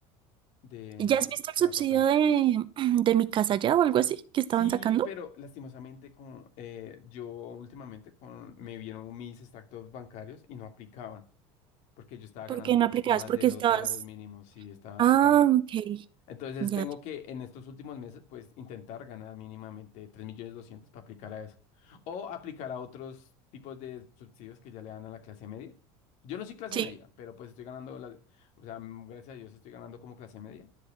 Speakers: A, on the left; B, on the right.
A: de,
B: ¿Ya has visto el
A: del
B: subsidio
A: apartamento.
B: de, <clears throat> de mi casa ya o algo así que estaban
A: Sí,
B: sacando?
A: pero lastimosamente con, eh, yo últimamente con, me vieron mis extractos bancarios y no aplicaban, porque yo estaba
B: ¿Por
A: ganando
B: qué
A: un
B: no
A: poquito
B: aplicabas?
A: más
B: Porque
A: de dos
B: estabas.
A: salarios mínimos y está,
B: Ah,
A: está.
B: ok.
A: Entonces
B: Ya.
A: tengo que en estos últimos meses pues intentar ganar mínimamente 3 millones 200 para aplicar a eso. O aplicar a otros tipos de subsidios que ya le dan a la clase media. Yo no soy clase
B: Sí,
A: media, pero pues estoy ganando, la- o sea, mm, gracias a Dios estoy ganando como clase media.